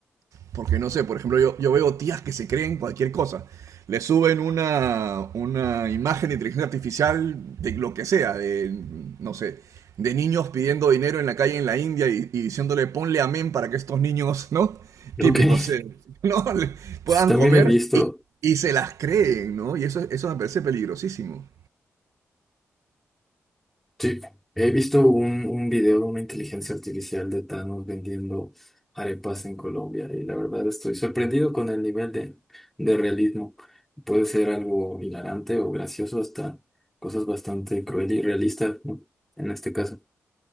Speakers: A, on the right; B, in the centre.
A: Porque no sé, por ejemplo, yo, yo veo tías que se creen cualquier cosa. Le suben una, una imagen de inteligencia artificial de lo que sea, de, no sé, de niños pidiendo dinero en la calle en la India y, y diciéndole ponle amén para que estos niños, ¿no? Típicos,
B: ok. <laughs>
A: eh, <laughs> ¿no? Le- puedan
B: Sí, También
A: comer
B: he visto
A: y, y se las creen, ¿no? Y eso, eso me parece peligrosísimo.
B: Sí, he visto un, un video de una inteligencia artificial de Thanos vendiendo arepas en Colombia y la verdad estoy sorprendido con el nivel de, de realismo. Puede ser algo hilarante o gracioso, hasta cosas bastante cruel y realistas, ¿no? En este caso,